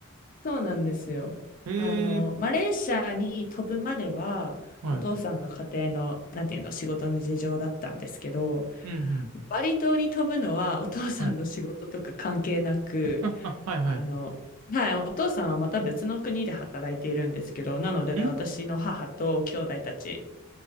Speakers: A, on the left (about 40°); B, on the right (about 85°).
A: そうなんですよ。
B: えー、
A: あの、マレーシアに飛ぶまでは、
B: はい。
A: お父さんの家庭の、なんていうの、仕事の事情だったんですけど、
B: うん、うん。
A: バリ島に飛ぶのはお父さんの仕事とか関係なく、
B: はい。<laughs> あははい、
A: あの、
B: はい。
A: はい、お父さんはまた別の国で働いているんですけど、なので私の母と兄弟たち
B: ん